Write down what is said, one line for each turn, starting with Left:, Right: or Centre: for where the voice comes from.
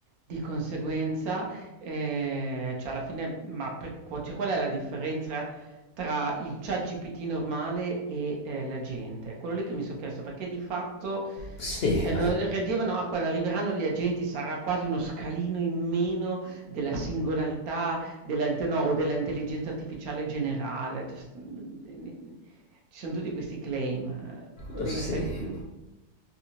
Right: Di conseguenza, ehm, cioè alla fine ma per qu cioè qual è la differenza tra il ChatGPT normale e, ehm, l'agente? È quello lì che mi son chiesto, perché di fatto
Left: Sì,
Right: cioè no re dicevano: "Ah, quando arriveranno gli agenti sarà quasi uno scalino in meno della singolarità della inte no, o della intelligenza artificiale generale." Cioè st n de ne ne ci son tutti questi claim. eh, Tu
Left: eh, sì,
Right: ne sai di più?